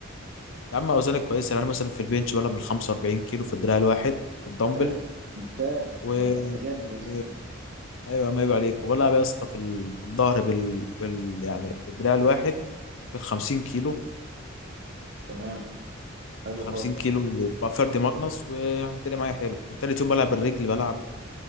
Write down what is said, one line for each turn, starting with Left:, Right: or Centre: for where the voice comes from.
Left: يا عم أوزاني كويسة يعني أنا مثلا في البنش بلعب بال 45 كيلو في الدراع الواحد الدمبل
Right: حلو ممتاز
Left: و...
Right: يا ده انت جامد يا اسطى
Left: و...
Right: والله
Left: أيوة ما يبقى عليك وبلعب يا اسطى في ال- في الظهر بال... بال... يعني بالدراع الواحد بال 50 كيلو
Right: تمام حلو
Left: ال 50
Right: خالص
Left: كيلو بقى فردي ماجنس ويعني الدنيا معايا حلو وتالت يوم بلعب الرجل بلعب